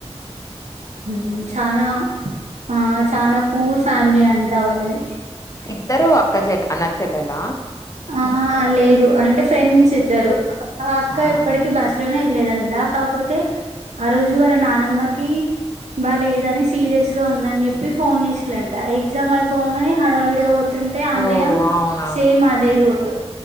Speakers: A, on the right; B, on the left.
A: ఉమ్మ్ చానా ఆ చనా పూర్ ఫ్యామిలీ అంటా వాళ్ళది
B: ఇద్దరు అక్క చెెల్ అన్న చెల్లెల
A: ఆ లేదు అంటే ఫ్రెండ్స్ ఇద్దరు ఆ అక్క
B: ఆహా
A: ఎప్పటికీ బాస్లోనే వెళ్లేదండి అ కాపోతే ఆ రోజు వాళ్ళ నానమ్మకి బా లేదని సీరియస్ గా ఉందని చెప్పి ఫోన్ చేసిలాంట ఎగ్జామ్ అయిపోగానే హడావిడిగా తుంటే ఆ అన్నయ
B: ఓ అవునా
A: సేమ్ అదే రూట్